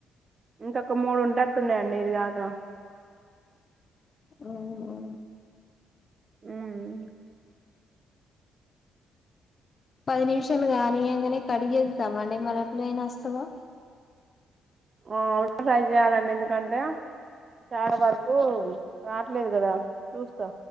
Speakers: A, on the right; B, on the left.
A: ఇంకొక మూడు ఉండేట్టు ఉన్నాయండి ఇది గాక
B: ఓహో
A: మ్మ్మ్ హ్మ్
B: పది నిమిషాలు గానియ్యంగనే కడిగేద్దాం అండి మరి అట్ల అయినా వస్తదో
A: ఓ ట్రై చేయాలండి ఎందుకంటే చాలా వరకు రాట్లేదు కదా చూస్తా